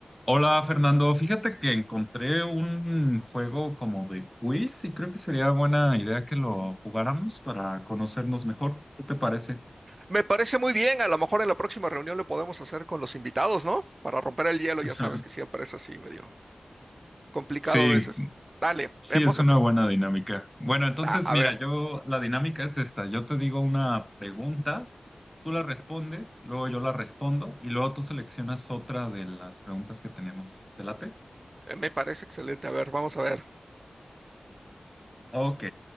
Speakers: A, in the centre; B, on the right.
A: Hola Fernando, fíjate que encontré un juego como de quiz y creo que sería buena idea que lo jugáramos para conocernos mejor. ¿Qué te parece?
B: Me parece muy bien, a lo mejor en la próxima reunión lo podemos hacer con los invitados, ¿no? Para romper el hielo,
A: <laughs>
B: ya sabes que siempre es así, medio complicado
A: Sí,
B: a veces. Dale,
A: sí,
B: vemos
A: es una
B: en... pro-
A: buena dinámica. Bueno, entonces
B: A, a
A: mira,
B: ver,
A: yo la dinámica es esta. Yo te digo una pregunta, tú la respondes, luego yo la respondo y luego tú seleccionas otra de las preguntas que tenemos. ¿Te late?
B: eh, me parece excelente, a ver, vamos a ver.
A: Ok,